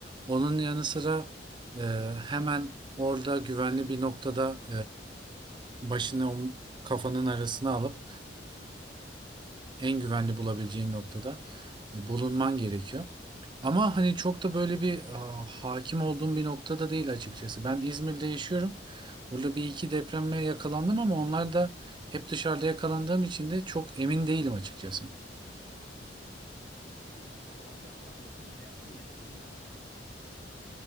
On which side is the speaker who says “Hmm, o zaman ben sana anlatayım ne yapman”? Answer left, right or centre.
Left